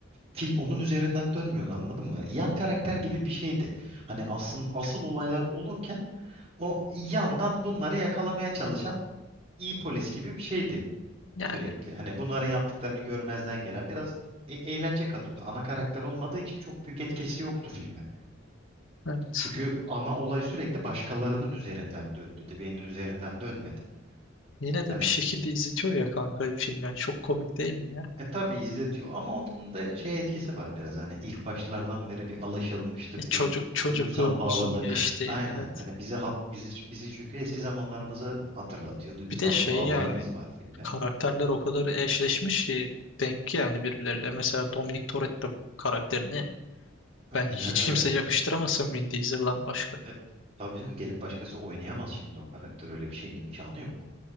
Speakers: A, on the right; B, on the left.
A: Film onun üzerinden dönmüyordu anladın mı? Yan karakter gibi bir şeydi. Hani asıl, asıl olaylar olurken o yandan bunları yakalamaya çalışan iyi polis gibi bir şeydi
B: yani
A: sürekli. Hani bunların yaptıklarını görmezden gelen biraz e- eğlence katıyordu. Ana karakter olmadığı için çok büyük etkisi yoktu filme.
B: evet.
A: Çünkü ana olay sürekli başkalarının üzerinden döndü. Dwayne'in üzerinden dönmedi.
B: Yine de
A: Hani
B: bir şekilde izletiyor ya kanka film yani çok komik değil mi ya?
A: E tabii izletiyor ama onun da şey etkisi var biraz hani ilk başlardan beri bir alışılmışlık
B: E çocuk
A: bir
B: çocukluğumuzun
A: duygusal bağlılık.
B: geçtiği
A: Aynen
B: evet.
A: hani bizi hat, bizi bizi çünkü eski zamanlarımızı hatırlatıyor. Duygusal
B: Bir de şey
A: bir bağlılığımız
B: yani
A: var filme.
B: karakterler o kadar eşleşmiş ki denk ki yani birbirleriyle. Mesela Dominic Toretto karakterini
A: Aynen
B: ben hiç
A: öyle.
B: kimse yakıştıramasın Vin Diesel'dan başka.
A: E, tabii canım gelip başkası oynayamaz şimdi o karakter öyle bir şeyin imkanı yok.